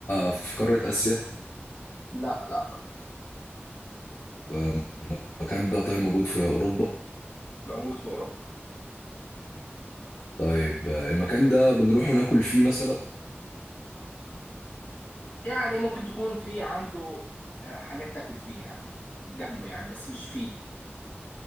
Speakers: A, on the left; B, on the left.
A: في قارة آسيا
B: لا لا
A: آه، المكان ده طيب موجود في أوروبا
B: موجود في اوروبا
A: طيب آه، المكان ده بنروح ناكل فيه مثلا
B: يعني ممكن تكون في عنده آه، حاجات تاكل فيها جنبه يعني بس مش فيه